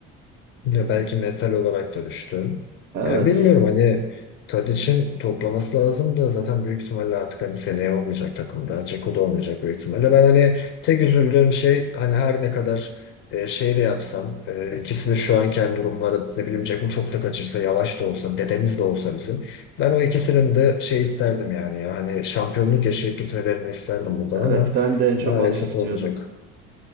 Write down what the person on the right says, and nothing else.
Evet,
evet
ben de en çok
onu istiyordum.